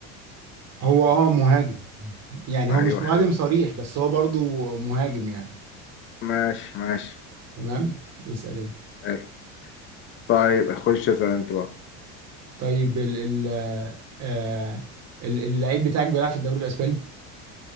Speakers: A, on the right; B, on the left.
A: هو اه مهاجم يعني
B: ايوه
A: هو مش مهاجم
B: حلو
A: صريح بس هو برضو مهاجم يعني
B: ماشي ماشي
A: تمام اسال انت
B: حلو طيب خش اسأل انت بقى
A: طيب ال ال آه، آه، ال- اللعيب بتاعك بيلعب في الدوري الاسباني